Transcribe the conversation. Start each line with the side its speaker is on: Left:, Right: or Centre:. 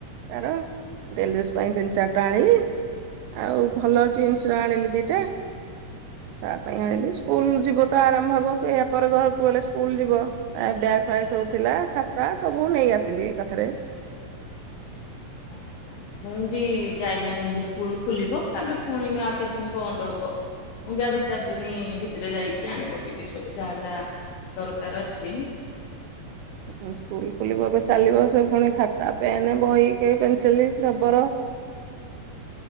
Right: ତାର। ଡେଲିୟୁସ୍ ପାଇଁ ତିନି ଚାରିଟା ଆଣିଲି ଆଉ ଭଲ ଜିନ୍ସ ରୁ ଆଣିଲି ଦିଟା ତା ପାଇଁ ଆଣିଲି ସ୍କୁଲ ଯିବ ତ ଆରମ୍ଭ ହବ ଏହା ପରେ ଘରକୁ ଗଲେ ସ୍କୁଲ ଯିବ। ଆଉ ବ୍ୟାଗ୍ ଫ୍ୟାଗ୍ ଥଉଥିଲା ଖାତା ସବୁ ନେଇ ଆସିଲି ଏକାଥରେ।
Left: ଫାଙ୍କା ଅଡିଓ ମୁଁ ବି ଯାଇନି ମୁଁ ବି ସ୍କୁଲ ଖୋଲିବ ତାବେ ପୁଣି ଆଉ କେତେଦିନ ବନ୍ଦ ହବ। ମୁଁ ବି ଆଉ ଦିଇ ଚାରି ଦିନ ଭିତରେ ଯାଇକି ଆଣି ପକେଇବି ସବୁ ଯାହା ଯାହା ଦରକାର ଅଛି
Right: ସ୍କୁଲ ଖୋଲିବ ଏବେ ଚାଲିବ ସେ ପୁଣି ଖାତା ପେନ୍ ବହି କେ ପେନସିଲ ରବର।
Left: ଫାଙ୍କା ଅଡିଓ।